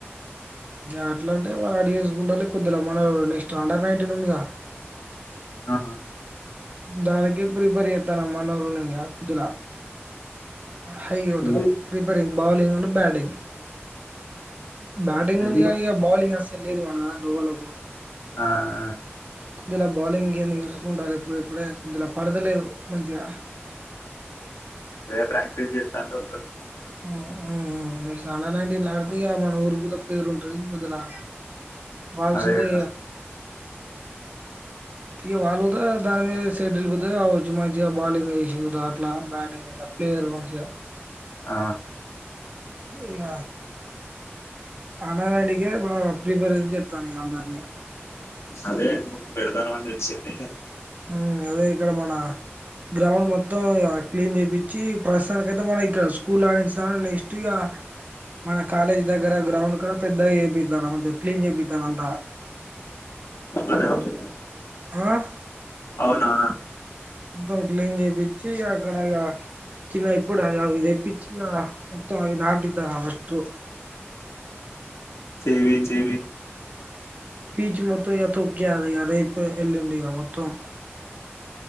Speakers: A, on the right; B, on the left.
A: ఎట్లా అంటే వాళ్ళు అడి చేేసుకుంటారులే కొద్దిగామ్మన నెక్స్ట్ అండర్ నైంటటీీన్ ఉందిగా
B: ఆ
A: దానికే ప్రిపేర్ చెత్తన్నాము అనోరుం కుదిలా హై అతుల
B: చెయ్
A: ప్రిపేరింగ్ బౌలింగ్ నును బ్యాటింగ్ బ్యాటింగ్
B: చెయ్
A: ఉంది కానీ బాాలింగ్ వస్త లేదు మనదాట్లో లోవలకు
B: ఆ ఆ
A: కుదల బౌలింగ్ ఇర్ చ ఉండాలి ఇప్పుడు ఇప్పుడే కొద్దిలా పడదలేదు మంచి గా
B: ఎమ్ ప్రాక్టీస్ చెత్తాను
A: ఊ ఊ ఊ నెక్స్ట్ అండర్ నైన్టీన్ లాడితే ఇ మన ఊరి కొద్ద పేరు ఉంటది కొద్దిగా వాల్స్
B: అదే
A: దే
B: కదా
A: తీయ వాళ్ళదా దాని మీద సెటిల్ కావచ్చు మంచిగా బౌలింగ్ వేసి దా అట్లా బ్యాటింగ్గా ప్లేయర్ మంచిగా
B: ఆ
A: ఇగ అనార అడి ఏ వా ప్రిపేరేం చెస్తానిగ అందరినీ
B: అదే నువ్ పెడతాను అని తెచ్చింది.
A: ఊ అదే ఇక్కడమనా గ్రౌండ్ మొత్తం క్లీన్ చేపీంచి ప్రస్తుతానికి అయితే మన ఇక్కడ స్కూల్ లాగ చేసా నెక్స్ట్ ఇగ మన కాలేజ్ దగ్గర గ్రౌండ్ కూడా పెద్దగా చేపిస్తాను క్లీన్ చేపిస్తాను అంత
B: అదే ఓకే
A: గోవ
B: పోనా
A: మొత్తం క్లీన్ చేపించి అక్కడ ఇగ చిన్న ఇప్పుడు అది ఇది తెప్పించి ఇగ మొత్తం అవి నాటిత్తారు ఫస్ట్
B: చెపి చెపి
A: పీచ్ మొత్తం ఇక తోక్కీయాద రేపు ఎల్లుండి మొత్తం